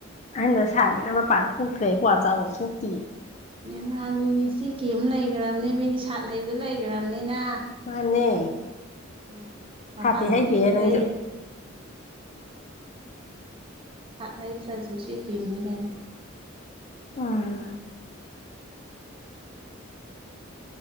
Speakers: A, on the left; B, on the right.
A: ꯑꯍꯟꯥꯟꯕ ꯁꯥꯃꯤꯅ ꯃꯄꯥꯟ ꯊꯣꯛꯈ꯭ꯔꯦ ꯀ꯭ꯋꯥ ꯆꯥꯛꯕꯣꯛ ꯊꯣꯛꯇꯌꯦ
B: ꯏꯃꯥꯟꯅꯤꯅꯦ ꯆꯦ ꯀ ꯑꯃ ꯂꯩꯈ꯭ꯔꯕꯅꯦ ꯃꯤꯗꯤ ꯁꯥꯠ ꯍꯩꯕꯗ ꯂꯩꯈ꯭ꯔꯕꯅꯤꯅ
A: ꯃꯥꯅꯦ
B: ꯎ ꯃꯄꯥꯟ
A: ꯁꯥꯊꯤ ꯍꯩꯗꯦꯍꯦ
B: ꯊꯣꯛꯅꯤꯡꯗ꯭ꯔꯦ
A: ꯅꯪꯁꯨ
B: ꯁꯥꯇ ꯏꯗ꯭ꯔꯥꯖꯣꯁꯤ ꯀꯦꯝꯅꯤ ꯀꯥꯏꯅ
A: ꯑꯥ